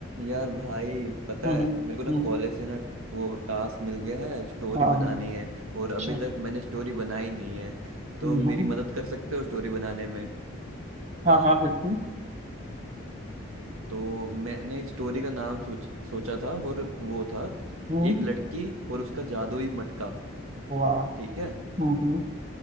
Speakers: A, on the right; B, on the right.
A: यार भाई पता
B: हम्म
A: है
B: हम्म
A: मेरे को ना
B: हम्म,
A: कॉलेज से ना वो टास्क मिल गया है स्टोरी
B: हाँ
A: बनानी है और
B: अच्छा
A: अभी तक मैंने स्टोरी बनाई नहीं है तो
B: हम्म
A: मेरी
B: हम्म,
A: मदद कर सकते हो स्टोरी बनाने में
B: हाँ हाँ बिल्कुल
A: तो मैंने एक स्टोरी का नाम सोच सोचा था और वो था
B: हम्म
A: एक लड़की और उसका जादुई मटका
B: वाह
A: ठीक है
B: हम्म हम्म,